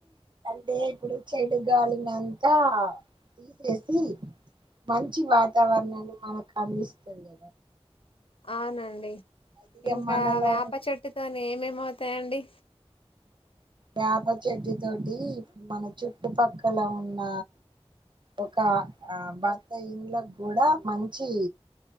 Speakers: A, on the right; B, on the left.
A: టే ఇప్పుడు చెడుగాలినంతా తీసేసి మంచి వాతావరణాన్ని మనక అందిస్తుంది
B: అవునండి
A: అయితే ఇక
B: ఇంకా
A: మనలో
B: వేప చెట్టుతోనే ఏమవుతాయండి
A: యప చెట్టితో ది మన చుట్టుపక్కల ఉన్న ఒక ఆ బ ఇండ్ల గూడా మంచి